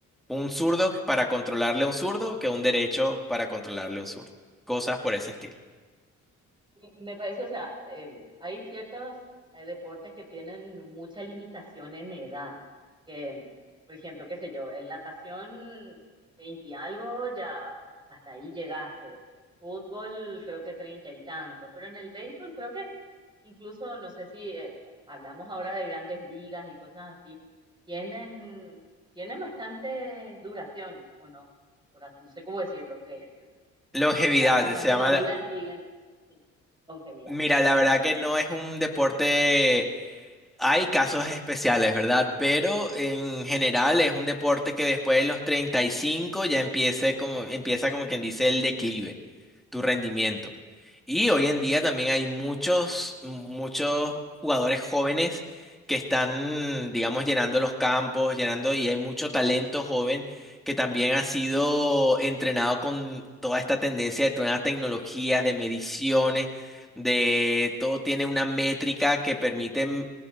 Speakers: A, in the centre; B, on the right.
A: un zurdo para controlarle a un zurdo que un derecho para controlarle a un zurdo. Cosas por ese estilo.
B: Y Me parece, o sea, eh, hay ciertos eh, deportes que tienen mucha limitación en edad, que, por ejemplo, qué sé yo, en natación 20 y algo, ya hasta ahí llegaste. Fútbol, creo que 30 y tantos, pero en el béisbol creo que incluso, no sé si eh, hablamos ahora de grandes ligas y cosas así, tienen, tienen bastante duración, o no, por así- no sé cómo decirlo, que
A: Longevidad,
B: con edad bastante
A: se llama...
B: madura
A: la-
B: siguen sí, longevidad,
A: Mira,
B: perfecto.
A: la verdad que no es un deporte Hay casos especiales, ¿verdad? Pero en general es un deporte que después de los 35 ya empieza como, empieza como quien dice el declive, tu rendimiento. Y hoy en día también hay muchos, muchos jugadores jóvenes que están, digamos, llenando los campos, llenando, y hay mucho talento joven que también ha sido entrenado con toda esta tendencia de nuevas tecnologías, de mediciones, de todo tiene una métrica que permite